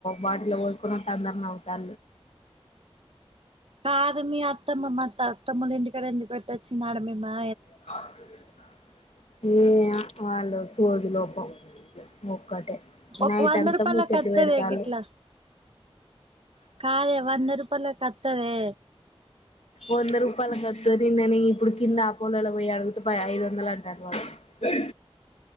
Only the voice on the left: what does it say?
బాటిల్ పోసుకున్న తందరని అవతా
ఏ వాళ్ళు సోదు లోపం ఒక్కటే
నైట్
అంతా
ముూచ్చట్
పెడతళ
వంద రూపాయల ఖర్చు నిన్ననే ఇప్పుడు కింద ఆపోలలో పోయి అడుగుతే ఐదు వందలు అంటారు వాళ్ళు